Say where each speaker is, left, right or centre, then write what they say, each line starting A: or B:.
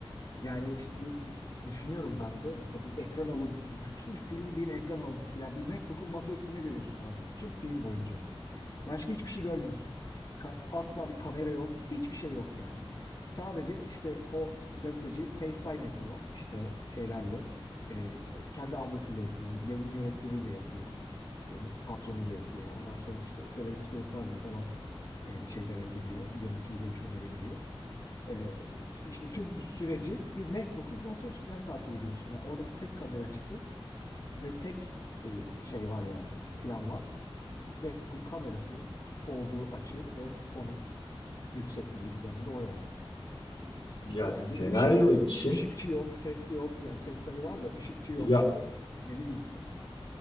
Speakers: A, on the left (about 35°); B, on the left (about 60°).
A: Yani şimdi düşünüyorum ben de mesela bir ekran alıntısı. Bütün film bir ekran alıntısı. Ya bir MacBook'un masa masaüstünü görüyorsun abi. Bütün film boyunca. Başka hiçbir şey görmüyorsun. Ka- asla bir kamera yok. Hiçbir şey yok yani. Sadece işte o gazeteci FaceTime yapıyor. işte şeylerle. e, kendi ablasıyla yapıyor. Yayın yönetmeniyle yapıyor. işte patronuyla yapıyor. Ondan sonra işte o terörist gruplarla falan e, şeylere giriyor. Görüntülü görüşmelere giriyor. E, t- işte tüm bu süreci bir MacBook'un masa üstünden takip ediyorsun. Yani oradaki tek kamera açısı ve tek e, şey var yani plan var. MacBook'un kamerasının olduğu açı ve onun yüksekliği planında o yani.
B: Ya
A: Yani
B: senaryo
A: bir ışık,
B: için
A: ışıkçı yok, ses yok. Yani ses tabii var da ışıkçı yok.
B: ya
A: Ne bileyim.